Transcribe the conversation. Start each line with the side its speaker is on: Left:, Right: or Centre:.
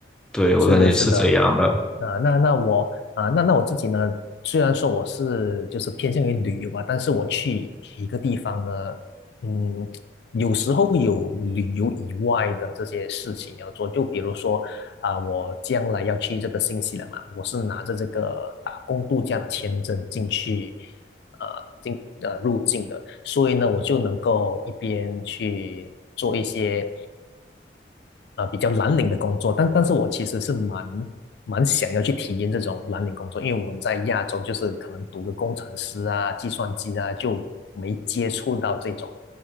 Centre: 对，
Left: 是的，
Centre: 我感觉是这样的。
Left: 是的，啊、那那我啊、那那我自己呢，虽然说我是就是偏向于旅游吧，但是我去一个地方呢，嗯，有时候会有旅游以外的这些事情要做，就比如说啊、我将来要去这个新西兰嘛，我是拿着这个打工度假的签证进去，呃，进呃入境的，所以呢，我就能够一边去做一些。呃比较蓝领的工作，但但是我其实是蛮蛮想要去体验这种蓝领工作，因为我们在亚洲就是可能读个工程师啊、计算机啊，就没接触到这种